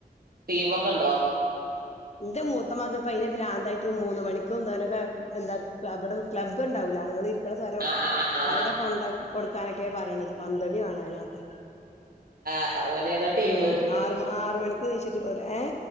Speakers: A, on the right; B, on the left.
A: ടീമ ഒക്കെ ഉണ്ടോ
B: ഇന്റെ മൂത്തമകൻ അയിന്റെ പ്രാന്തായിട്ട് മൂന്ന് മണിക്കുംന്തനൊക്കെ എന്താ അവിടെ ക്ലബ്ണ്ടാവില്ല ആണുങ്ങൾ ഇരി ഇത്ര സ്ഥലം
A: ആ ആ ആ
B: അവിടെ കൊണ്ടാക്കി കൊടുക്കാനൊക്കെയ പറയണത് പന്തള കാണാനത്ര
A: ആ ഓന് ഏതാ ടീമ്
B: ഉം ആറ് ആറ് മണിക്ക് നീച്ചിട്ട് പോരെ ഏ